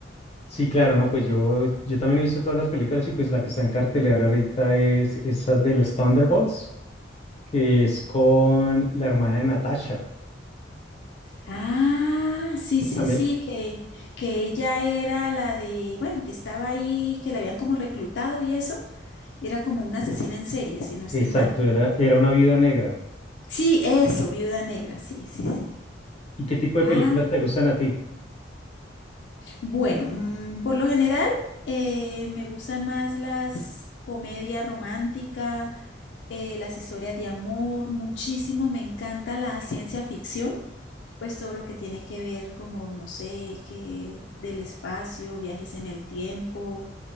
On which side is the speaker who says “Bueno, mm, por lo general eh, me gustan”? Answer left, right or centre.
Left